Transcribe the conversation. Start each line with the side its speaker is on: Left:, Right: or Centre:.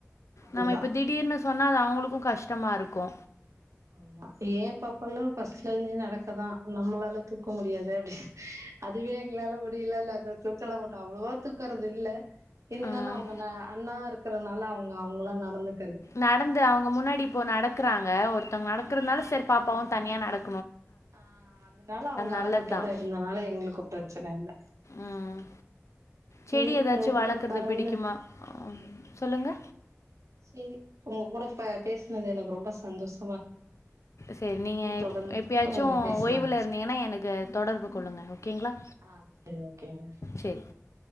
Right: அதுதா
Left: நம்ம இப்ப திடீர்னு சொன்னா அது அவுங்களுக்கு கஷ்டமா இருக்கு
Right: ஆமா ஏ பாப்பால்லா ஃபர்ஸ்ட்லேந்தே நடக்கதா நம்ளால தூக்க முடியாது அப்டி அதுவே எங்ளால முடியிலனாக் கூ தூக்கலா மாட்டோ அவ்ளோவா தூக்கறது இல்ல இருந்தாலு
Left: ம்
Right: அவுங்க ந அண்ணா இருக்கறனா ல அவுங்க அவுங்களா நடந்துக்
Left: நடந்து அ க்குறாங்க ஒருத்தவங்க நடக்குறத்னால சேரி பாப்பாவு தனியா நடக்
Right: ஆ அதுனால அவுங்க
Left: நல்லதுதான்.
Right: ஆர்வத்தோட இருந்தனால எங்களுக்கு ப்ரச்சன இல்ல
Left: ம் செடி
Right: சேரி
Left: ஏதாச்சு
Right: உங்க
Left: வளக்குறது
Right: கூட பெறந்து
Left: பிடிக்கிமா ஆ சொல்லுங்க
Right: சேரி உங்கக் கூட ப பேஸ்னது எனக்கு ரொம்ப சந்தோஸ்
Left: சேரி நீங்க எப்
Right: தொடர்ந்து
Left: எப்பயாச்சு
Right: பேசலா
Left: ஓய்வுல இருந்தீங்கன்னா எனக்கு தொடர்பு கொள்ளுங்க ஓகேங்களா
Right: ஆ சேரி ஓகேங்க
Left: சேரி